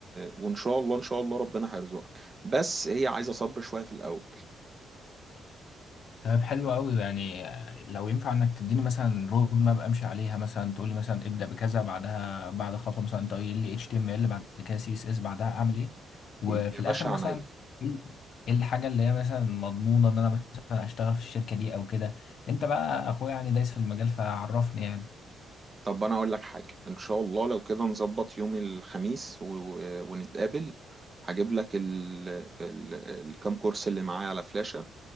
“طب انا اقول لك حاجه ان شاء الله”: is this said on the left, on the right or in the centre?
Right